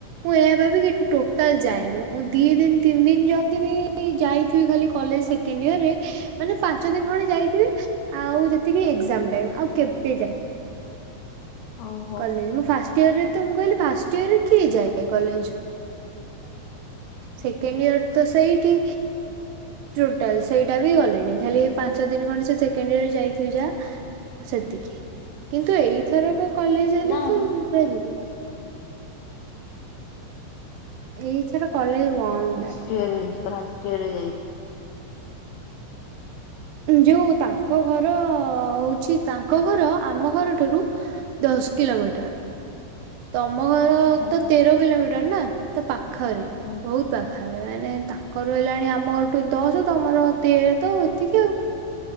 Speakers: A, on the right; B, on the left.
A: ମୁଁ ଏ ଭ ବି ଟୋଟାଲ ଯାଏନି ମୁଁ ଦି ଦିନ ତିନି ଦିନ ଯଦି ବି ଯାଇଥିବି ଖାଲି କଲେଜ ସେକେଣ୍ଡ ଇରରେ ମାନେ ପାଞ୍ଚ ଦିନ ଭଣ ଯାଇଥିବେ ଆଉ ଯେତିକି ଏଜାମ ଟାଇମ ଆଉ କେବେ ଯାଇନି
B: ଓହୋ
A: କଲେ ମୁଁ ଫାଷ୍ଟ ଇୟର ରେ ତ ମୁଁ କହିଲି ଫାଷ୍ଟ ଇୟର ରେ କିଏ ଯା ଇଟାଲ ସେକଣ୍ଡ ଇର ତ ସେଇଠି ଟୋଟାଲ ସେଇଟା ବି ଗଲେଣିି ଖାଲି ପାଞ୍ଚ ଦିନ ଖଣ୍ଡ ସେ ସେକେଣ୍ଡ ଇର ଯାଇଥିବ ଯା ସେତିକି କିନ୍ତୁ ଏଇଥରକ କଲେଜ ଯଲେ
B: ନା
A: ତଁ
B: ମୁଁ
A: ପୁରା ଯିବି ଏଇଥର କଲେଜ ମ ଦ ନାଁ
B: ଫାଷ୍ଟ ଇୟର ରେ ଯାଇଛି ଯାଇଛି
A: ଯୋଉ ତାଙ୍କ ଘର ହଉଛି ତାଙ୍କ ଘର ଆମ ଘରଠାରୁ ଦଶ କିଲୋମିଟର ତ ଆମ ଘର
B: ହୁଁ
A: ତ ତେର କିଲୋମିଟର ନା ତ ପାଖ ପାଖରେ
B: ହୁଁ
A: ବହୁତ ପାଖରେ ମାନେ ତାଙ୍କର ହେିଲାଣି ଆମ ଘରଠୁ ଦଶ ତମର ତେର ତ ିକେ